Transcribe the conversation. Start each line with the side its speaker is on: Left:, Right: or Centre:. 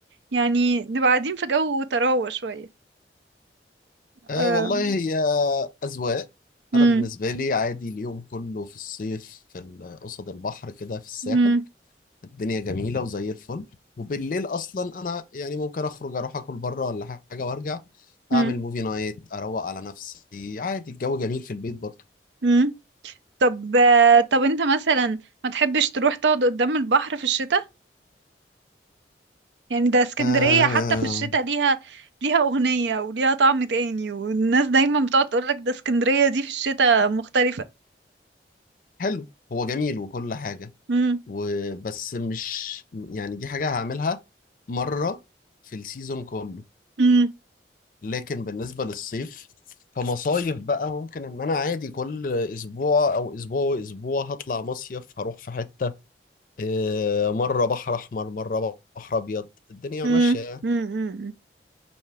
Right: يعني نبقى قاعدين في جو طراوة شوية
Left: آه
Right: آه.
Left: والله هي أذواق
Right: مم.
Left: أنا بالنسبة لي عادي اليوم كله في الصيف في ال- قصد البحر كده في الساحل
Right: مم.
Left: الدنيا جميلة وزي الفل وبالليل أصلا أنا يعني ممكن أخرج أروح أكل بره ولا حاجة وأرجع
Right: مم.
Left: أعمل موفي نايت أروق على نفسي عادي الجو جميل في البيت برضه
Right: مم. طب آه، طب انت مثلا ما تحبش تروح تقعد قدام البحر في الشتاء يعني ده اسكندرية
Left: آه
Right: حتى في الشتاء ليها ليها أغنية وليها طعم تاني والناس دايما بتقعد تقولك ده اسكندرية دي في الشتاء مختلفة
Left: حلو هو جميل وكل حاجة
Right: مم.
Left: وبس مش يعني دي حاجة هعملها مرة في السيزون كله
Right: مم.
Left: لكن بالنسبة للصيف فمصايف بقى ممكن ان انا عادي كل اسبوع او اسبوع واسبوع هطلع مصيف هروح في حتة آه، مرة بحر احمر مرة بحر ابيض الدنيا
Right: مم.
Left: ماشية يعني
Right: مم. مم.